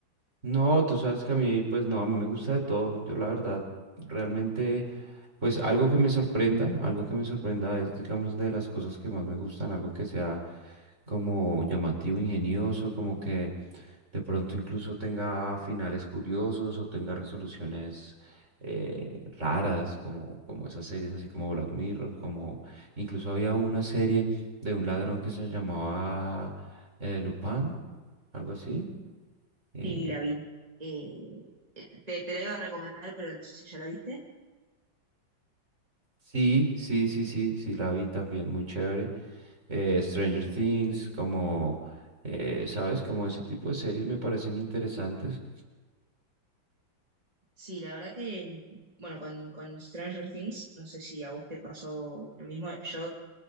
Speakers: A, on the right; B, on the right.
A: No, tú sabes que a mí, pues no, a mí me gusta de todo. Yo la verdad, realmente, pues algo que me sorprenda, algo que me sorprenda es, digamos, de las cosas que más me gustan, algo que sea como llamativo, ingenioso, como que de pronto incluso tenga finales curiosos o tenga resoluciones eh, raras, como, como esas series así como Black Mirror, como incluso había una serie de un ladrón que se llamaba eh, Lupin, algo así. eh,
B: Sí, la vi. Eh, te, te la iba a recomendar, pero no sé si ya la viste.
A: Sí, sí, sí, sí, sí, la vi también, muy chévere. Eh, Stranger Things, como, eh, ¿sabes? Como ese tipo de series me parecen interesantes.
B: Sí, la verdad que, bueno, con, con Stranger Things, no sé si a vos te pasó lo mismo. Yo